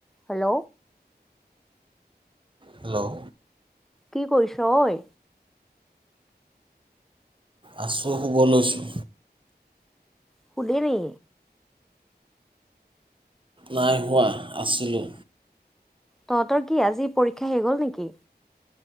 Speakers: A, in the centre; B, on the right.
A: Hello.
B: Hello
A: কি কৰিছ অই?
B: আছোঁ শুব লৈছোঁ।
A: সুধিবি
B: নাই হোৱা আছিলোঁ।
A: তহঁতৰ কি আজি পৰীক্ষা শেষ হ'ল নেকি?